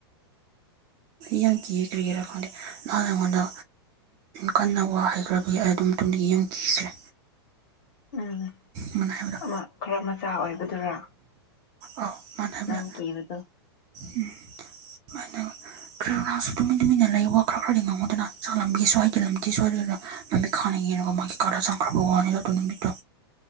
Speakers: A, on the right; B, on the left.
A: ꯌꯥꯡ ꯀ꯭ꯔꯤꯒꯤꯔ ꯈꯪꯗꯦ ꯅꯥꯍꯟ ꯑꯩꯉꯣꯟꯗ ꯀꯟꯅ ꯋꯥ ꯍꯩꯈ꯭ꯔꯕꯤ ꯑꯩ ꯑꯗꯨꯝ ꯃꯇꯨꯡꯗ ꯌꯦꯝ ꯀꯤꯈ꯭ꯔꯦ
B: ꯎꯝ
A: ꯃꯥꯅ ꯍꯥꯏꯕꯗꯣ
B: ꯑꯃ ꯈꯔ ꯃꯆꯥ ꯑꯣꯏꯕꯗꯨꯔꯥ
A: ꯑꯥꯎ ꯃꯥꯥꯟ ꯍꯥꯏꯕꯅꯦ
B: ꯅꯪ ꯀꯤꯕꯗꯣ
A: ꯎꯝ ꯃꯥ ꯅꯪ ꯀꯔꯤꯅꯥꯁꯨ ꯇꯨꯃꯤꯟꯅ ꯇꯨꯃꯤꯟꯅ ꯂꯩ ꯋꯥ ꯈꯔ ꯈꯔꯗꯤ ꯉꯥꯡꯉꯨꯗꯅ ꯆꯥꯛ ꯂꯝꯕꯤ ꯁ꯭ꯋꯥꯏꯒꯤ ꯂꯝꯗꯤ <unintelligible> ꯃꯥꯃꯤꯠ ꯈꯥ ꯌꯦꯡꯔꯒ ꯃꯥꯒꯤ ꯀꯥꯗ ꯆꯪꯈ꯭ꯔꯕ ꯋꯥꯅꯤ ꯑꯗꯨ ꯅꯨꯃꯤꯠꯇꯣ